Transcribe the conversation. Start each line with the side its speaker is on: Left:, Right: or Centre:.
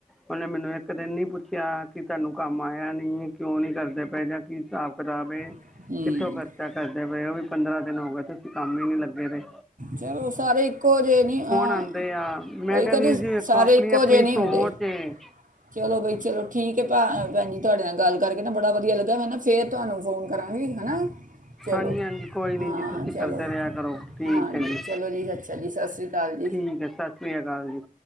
Centre: ਉਹਨੇ ਮੈਨੂੰ ਇੱਕ ਦਿਨ ਨਹੀਂ ਪੁੱਛਿਆ ਕਿ ਤੁਹਾਨੂੰ ਕੰਮ ਆਇਆ ਨਹੀਂ ਕਿਉਂ ਨਹੀਂ ਕਰਦੇ ਪਏ ਜਾਂ ਕੀ ਹਿਸਾਬ ਕਿਤਾਬ ਹੈ।
Right: ਹੂੰ,
Centre: ਕਿੱਥੋਂ ਖਰਚਾ ਕਰਦੇ ਪਏ ਉਹ ਵੀ ਪੰਦਰਾਂ ਦਿਨ ਹੋ ਗਏ ਤੁਸੀਂ ਕੰਮ ਹੀ ਨੀ ਲੱਗੇ ਰਹੇ।
Right: ਚਲੋ ਸਾਰੇ ਇੱਕੋ ਜਿਹੇ ਨੀ ਹਾਂ
Centre: ਆਉਂਦੇ ਆ ਮੈਂ
Right: ਉਹੀ
Centre: ਕਿਹਾ
Right: ਕਦੀ
Centre: ਵੀਰ ਜੀ ਵੇਖੋ
Right: ਸਾਰੇ
Centre: ਆਪਣੀ
Right: ਇੱਕੋ
Centre: ਆਪਣੀ
Right: ਜਿਹੇ ਨਹੀਂ
Centre: ਸੋਚ
Right: ਹੁੰਦੇ
Centre: ਹੈ
Right: ਚਲੋ ਬਈ ਚਲੋ ਠੀਕ ਐ ਭਾ ਭੈਣ ਜੀ ਤੁਹਾਡੇ ਨਾਲ ਗੱਲ ਕਰਕੇ ਕਰਕੇ ਨਾ ਬੜਾ ਵਧੀਆ ਲੱਗਾ ਮੈਂ ਨਾ ਫੇਰ ਤੁਹਾਨੂੰ ਫੋਨ ਕਰਾਂਗੀ ਹਨਾ। ਚਲੋ
Centre: ਹਾਂਜੀ-ਹਾਂਜੀ, ਕੋਈ ਨੀ
Right: ਹਾਂ
Centre: ਜੀ ਤੁਸੀਂ
Right: ਚਲੋ
Centre: ਕਰਦੇ ਰਿਹਾ ਕਰੋ। ਠੀਕ
Right: ਹਾਂਜੀ
Centre: ਹੈ ਜੀ
Right: ਚਲੋ ਜੀ ਅੱਛਾ ਜੀ ਸਤਿ ਸ੍ਰੀ ਅਕਾਲ ਜੀ
Centre: ਠੀਕ ਹੈ ਸਤਿ ਸ੍ਰੀ ਅਕਾਲ ਜੀ,